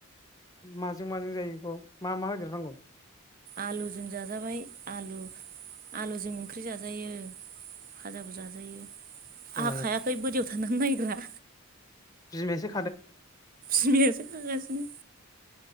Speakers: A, on the left; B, on the right.
A: माजों माजों जायो बेखौ मा मा होदेरनांगौ,
B: आलुजों जाजाबाय आलु आलुजों ओंख्रि जाजायो भाजाबो जाजायो,
A: ओ
B: आंहा खायाखै बोरियाव, थानानै नायनायग्रा,
A: गिदिंनायसो
B: बिमायासो खागासिनो